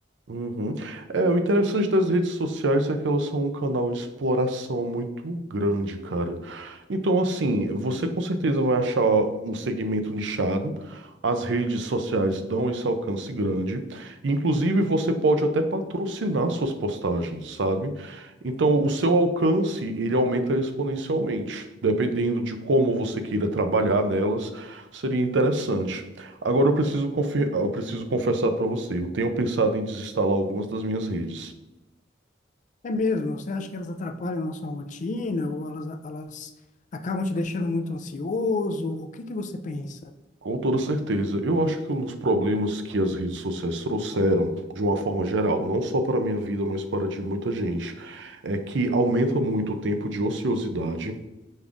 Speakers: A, on the right; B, on the left.
A: Uhum. É, o interessante das redes sociais é que elas são um canal de exploração muito grande, cara. Então, assim, você com certeza vai achar um segmento nichado. As redes sociais dão esse alcance grande. Inclusive, você pode até patrocinar suas postagens, sabe? Então, o seu alcance, ele aumenta exponencialmente, dependendo de como você queira trabalhar nelas. Seria interessante. Agora eu preciso, confe- eu preciso confessar para você, eu tenho pensado em desinstalar algumas das minhas redes.
B: É mesmo, você acha que elas atrapalham a nossa rotina ou elas, elas acabam te deixando muito ansioso? O que que você pensa?
A: Com toda certeza, eu acho que um dos problemas que as redes sociais trouxeram, de uma forma geral, não só para a minha vida, mas para a de muita gente, é que aumenta muito o tempo de ociosidade,